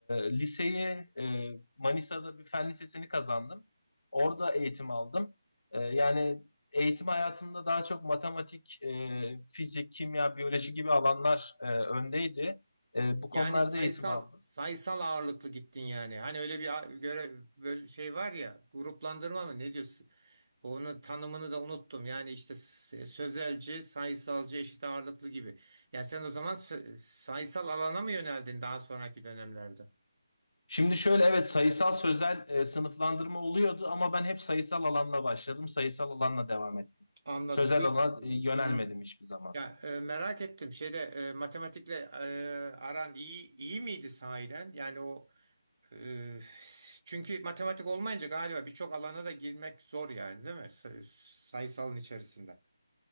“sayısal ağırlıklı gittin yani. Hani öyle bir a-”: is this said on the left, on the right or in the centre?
Right